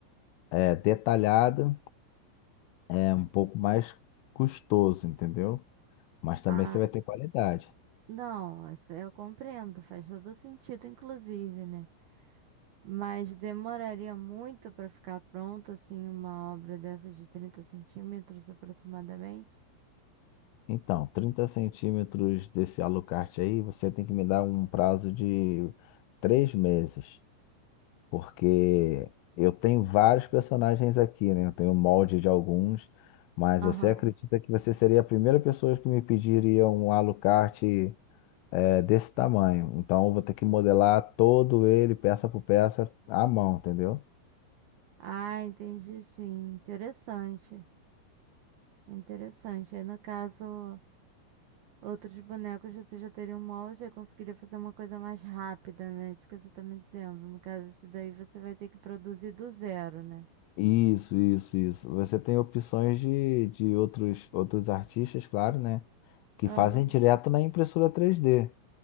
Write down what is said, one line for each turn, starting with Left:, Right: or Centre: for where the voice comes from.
Left: é, detalhado, é um pouco mais custoso, entendeu? Mas também
Right: Ah,
Left: você vai ter qualidade.
Right: não, essa eu compreendo, faz todo sentido, inclusive, né? Mas demoraria muito para ficar pronta, assim, uma obra dessas de 30 centímetros aproximadamente?
Left: Então, 30 centímetros desse Alucard aí, você tem que me dar um prazo de três meses, porque eu tenho vários personagens aqui, né? Eu tenho molde de alguns, mas
Right: Aham.
Left: você acredita que você seria a primeira pessoa que me pediria um Alucard, eh, desse tamanho? Então, eu vou ter que modelar todo ele, peça por peça, à mão, entendeu?
Right: Ah, entendi, sim. Interessante. Interessante. Aí, no caso, outros bonecos você já teria um molde e conseguiria fazer uma coisa mais rápida, né? Isso que você tá me dizendo. No caso, esse daí você vai ter que produzir do zero, né?
Left: Isso, isso, isso. Você tem opções de, de outros, outros artistas, claro, né? Que
Right: Aham.
Left: fazem direto na impressora 3D.